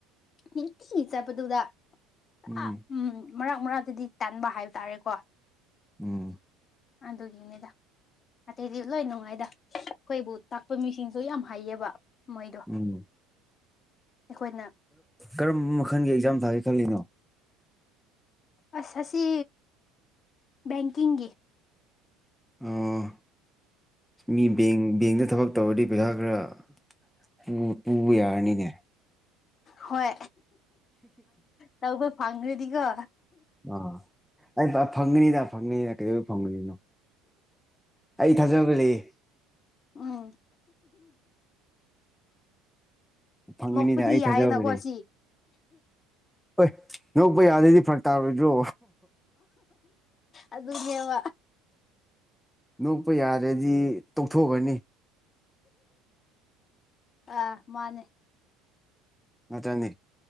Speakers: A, on the left; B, in the centre.
A: ꯅꯨꯡꯇꯤꯒꯤ ꯆꯠꯄꯗꯨꯗ
B: ꯎꯝ
A: ꯑꯥ ꯃꯔꯛ ꯃꯔꯛꯇꯗꯤ ꯇꯟꯕ ꯍꯥꯏꯕ ꯇꯥꯔꯦꯀꯣ
B: ꯎꯝ
A: ꯑꯗꯨꯒꯤꯅꯤꯗ ꯑꯇꯩꯗꯤ ꯂꯣꯏ ꯅꯨꯡꯉꯥꯏꯗ ꯑꯩꯈꯣꯏꯕꯨ ꯇꯥꯛꯄ ꯃꯤꯁꯤꯡꯁꯨ ꯌꯥꯝ ꯍꯩꯌꯦꯕ ꯃꯣꯏꯗꯣ
B: ꯎꯝ
A: ꯑꯩꯈꯣꯏꯅ
B: ꯀꯔꯝꯕ ꯃꯈꯜꯒꯤ ꯑꯦꯛꯖꯥꯝ ꯊꯥꯒꯦ ꯈꯜꯂꯤꯅꯣ
A: ꯑꯁ ꯑꯁꯤ ꯕꯦꯡꯀꯤꯡꯒꯤ
B: ꯑꯣ ꯃꯤ ꯕꯦꯡ -ꯕꯦꯡꯗ ꯊꯕꯛ ꯇꯧꯔꯗꯤ ꯄꯩꯁꯥ ꯈꯔ ꯄꯨ-ꯄꯨꯕ ꯌꯥꯔꯅꯤꯅꯦ
A: ꯍꯣꯏ ꯇꯧꯕ ꯐꯪꯈ꯭ꯔꯗꯤꯀꯣ
B: ꯑꯥ ꯑꯩ ꯐꯪꯒꯅꯤꯗ ꯐꯪꯒꯅꯤꯗ ꯀꯩꯗꯧꯕꯩ ꯐꯪꯉꯣꯏꯗꯨꯏꯅꯣ ꯑꯩ ꯊꯥꯖꯕ ꯂꯩꯌꯦ
A: ꯎꯝ
B: ꯐꯪꯒꯅꯤꯗ
A: ꯅꯣꯛꯄꯗꯤ
B: ꯑꯩ
A: ꯌꯥꯏꯌꯦꯅꯀꯣ
B: ꯊꯥꯖꯕ ꯂꯩ
A: ꯁꯤ
B: ꯍꯣꯏ ꯅꯣꯛꯄ ꯌꯥꯗ꯭ꯔꯗꯤ ꯐꯔꯛ ꯇꯥꯔꯣꯏꯗ꯭ꯔꯣ
A: ꯑꯗꯨꯅꯦꯕ
B: ꯅꯣꯛꯄ ꯌꯥꯗ꯭ꯔꯗꯤ ꯇꯣꯛꯊꯣꯛꯑꯅꯤ
A: ꯑ ꯃꯥꯅꯦ
B: ꯑꯗꯅꯤ